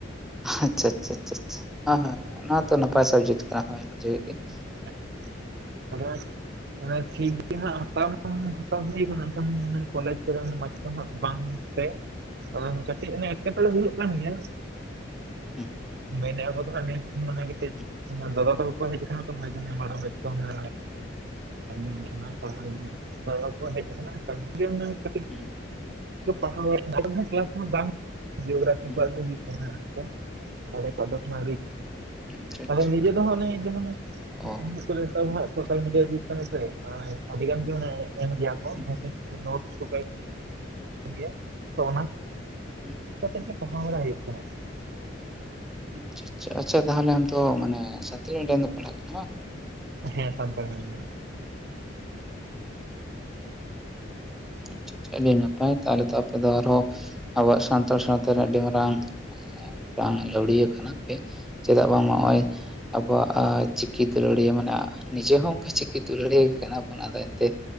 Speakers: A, in the centre; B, on the right.
A: ᱟᱪᱪᱷᱟ ᱟᱪᱪᱷᱟ ᱟᱪᱪᱷᱟ ᱟᱪᱪᱷᱟ ᱦᱮᱸ ᱦᱮᱸ ᱚᱱᱟ ᱛᱚ ᱱᱟᱯᱟᱭ ᱥᱟᱵᱡᱮᱠᱴ ᱠᱟᱱᱟ ᱦᱳᱭ ᱵᱩᱡᱷᱟᱣᱭᱤ ᱤᱧ
B: <unintelligible> ᱚᱱᱮ ᱴᱷᱤᱠ ᱜᱤ ᱦᱟᱸᱜ ᱦᱟᱛᱟᱣ ᱢᱟ ᱦᱟᱛᱟᱣ ᱦᱩᱭ ᱠᱟᱱᱟ ᱮᱱᱠᱷᱟᱱ ᱠᱚᱞᱮᱡᱽ ᱠᱚᱨᱮᱱ ᱢᱟᱪᱮᱫ ᱠᱚ ᱦᱚᱸ ᱵᱟᱝ ᱛᱮ ᱠᱟᱹᱴᱤᱡ ᱚᱱᱮ ᱮᱸᱴᱠᱮᱴᱚᱬᱮ ᱦᱩᱭᱩᱜ ᱠᱟᱱ ᱜᱮᱭᱟ
A: ᱦᱩᱸ
B: ᱢᱮᱱᱮᱼᱟ ᱟᱠᱚ ᱫᱚ ᱦᱟᱸᱜ ᱢᱮᱱ ᱚᱱᱟ <unintelligible> ᱜᱤᱛᱤᱡ
A: ᱦᱩᱸ
B: ᱟᱨ ᱫᱟᱫᱟ ᱛᱟᱹᱣ ᱠᱚ ᱦᱮᱡ ᱠᱟᱱᱟ ᱛᱚ ᱦᱟᱸᱜ ᱡᱟᱦᱟ ᱢᱟᱲᱟᱝ ᱵᱮᱪ ᱠᱚ ᱦᱟᱸᱜ <unintelligible> ᱠᱚ ᱦᱮᱡ ᱟᱠᱟᱱᱟ <unintelligible> ᱠᱟᱹᱴᱤᱡ
A: ᱦᱩᱸ
B: ᱯᱟᱲᱦᱟᱣ <unintelligible> ᱵᱟᱝ ᱡᱤᱭᱳᱜᱨᱟᱯᱷᱤ
A: ᱦᱩᱸ
B: ᱠᱚᱣᱟᱜ ᱜᱮ ᱦᱩᱭᱩᱜ ᱠᱟᱱᱟ ᱟᱞᱮ ᱠᱚᱣᱟᱜ ᱫᱚ ᱮᱠᱷᱚᱱᱚ
A: ᱟᱪᱪᱷᱟ ᱟᱪᱪᱷᱟ
B: ᱟᱣᱨᱤ ᱦᱩᱭᱩᱜᱼᱟ ᱟᱫᱚ ᱱᱤᱡᱮ ᱫᱚ ᱦᱟᱸᱜ ᱚᱱᱮ ᱡᱟᱦᱟᱱᱟᱜ
A: ᱚ
B: <unintelligible> ᱥᱳᱥᱟᱞ ᱢᱤᱰᱤᱭᱟ ᱡᱩᱜ ᱠᱟᱱᱟ ᱥᱮ ᱟᱨ ᱟᱹᱰᱤ ᱜᱟᱱ ᱜᱮ ᱚᱱᱮ ᱮᱢ ᱜᱮᱭᱟ ᱠᱚ
A: ᱦᱩᱸ
B: ᱱᱳᱴᱤᱥ ᱠᱚ ᱱᱳᱴ <unintelligible> ᱜᱮᱭᱟ ᱛᱚ ᱚᱱᱟ
A: ᱦᱩᱸ
B: ᱠᱟᱛᱮᱫ ᱜᱮ ᱯᱟᱲᱦᱟᱣ ᱵᱟᱲᱟ ᱦᱩᱭᱩᱜ ᱠᱟᱱᱟ
A: ᱟᱪᱪᱷᱟ ᱟᱪᱪᱷᱟ ᱟᱪᱪᱷᱟ ᱛᱟᱦᱞᱮ ᱟᱢ ᱫᱚ ᱢᱟᱱᱮ <unintelligible> ᱥᱟᱱᱟᱞᱤ ᱢᱤᱰᱤᱭᱟᱢ ᱛᱮᱢ ᱯᱟᱲᱦᱟᱜ ᱠᱟᱱᱟ ᱦᱮᱸ ᱵᱟᱝ
B: ᱦᱮᱸ ᱥᱟᱱᱛᱟᱞᱤ ᱜᱮ
A: ᱟᱪᱪᱷᱟ ᱟᱪᱪᱷᱟ ᱟᱹᱰᱤ ᱱᱟᱯᱟᱭ ᱛᱟᱦᱚᱞᱮ ᱛᱚ ᱟᱯᱮ ᱫᱚ ᱟᱨᱦᱚᱸ ᱟᱵᱚᱣᱟᱜ ᱥᱟᱱᱛᱟᱲ ᱥᱟᱶᱛᱟ ᱨᱮᱱᱟᱜ ᱟᱹᱰᱤ ᱢᱟᱨᱟᱝ ᱵᱟᱝ ᱞᱟᱹᱣᱲᱤᱭᱟᱹ ᱠᱟᱱᱟ ᱯᱮ ᱪᱮᱫᱟᱜ ᱵᱟᱝ ᱢᱟ ᱚᱜᱼᱚᱭ ᱟᱵᱚᱣᱟᱜ ᱪᱤᱠᱤ ᱛᱮ ᱟᱹᱲᱤᱭᱟᱹ ᱢᱟᱱᱮ ᱱᱤᱡᱮ ᱦᱚᱸ ᱚᱱᱠᱟ ᱪᱤᱠᱤ ᱛᱮ ᱩᱞᱟᱹᱲᱤᱭᱟ ᱜᱮ ᱠᱟᱱᱟ ᱵᱚᱱ ᱟᱫᱚ ᱮᱱᱛᱮ